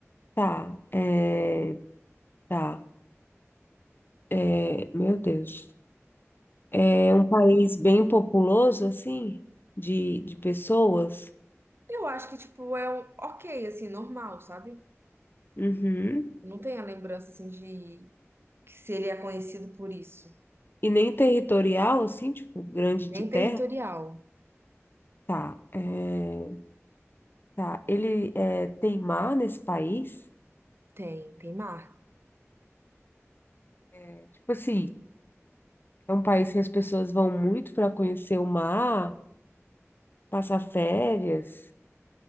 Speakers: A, on the left; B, on the right.
A: tá, é, tá, é, meu Deus. É um país bem populoso, assim, de, de pessoas.
B: Eu acho que, tipo, é um- ok, assim, normal, sabe?
A: Uhum.
B: Não tem a lembrança, assim, de que se ele é conhecido por isso.
A: E nem territorial, assim, tipo, grande
B: Nem
A: de terra.
B: territorial.
A: Tá, é, tá. Ele é, tem mar nesse país?
B: Tem, tem mar.
A: É, tipo assim, é um país que as pessoas vão muito para conhecer o mar, passar férias,